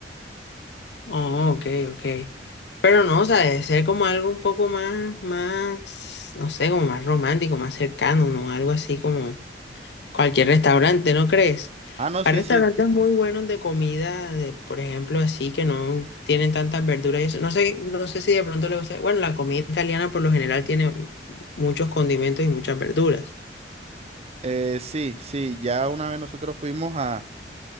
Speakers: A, on the left; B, on the right.
A: Oh, ok, ok. Pero no, o sea, debe ser como algo un poco más, más, no sé, como más romántico, más cercano, ¿no? Algo así como cualquier restaurante, ¿no crees?
B: Ah, no, sí,
A: Hay restaurantes
B: sí.
A: muy buenos de comida, de, por ejemplo, así que no tienen tantas verduras y eso. No sé, no sé si de pronto le gusta. Bueno, la comida italiana por lo general tiene muchos condimentos y muchas verduras.
B: Eh, sí, sí, ya una vez nosotros fuimos a,